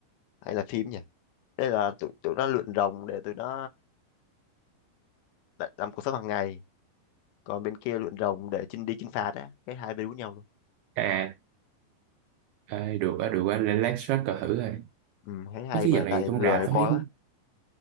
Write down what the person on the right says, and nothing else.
À, ê, được á, được á, lên lát shot coi thử rồi.
Mấy chứ
giờ này
trong
rạp tao
thấy
cũng...